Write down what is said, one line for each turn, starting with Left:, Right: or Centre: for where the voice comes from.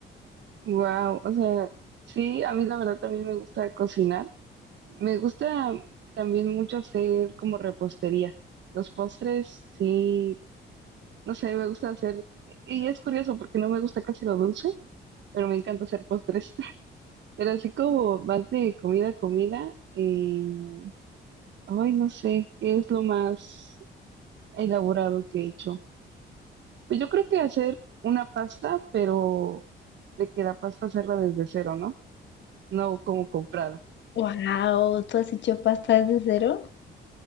Right: Wow, o sea, sí, a mí la verdad también me gusta cocinar. Me gusta también mucho hacer como repostería. Los postres, sí, no sé, me gusta hacer, y es curioso porque no me gusta casi lo dulce, pero me encanta hacer postres. <laughs> Pero así como más de comida a comida, eh, ay, no sé, ¿qué es lo más elaborado que he hecho? Pues yo creo que hacer una pasta, pero de que la pasta hacerla desde cero, ¿no? No como comprada.
Left: Wow, ¿tú has hecho pasta desde cero?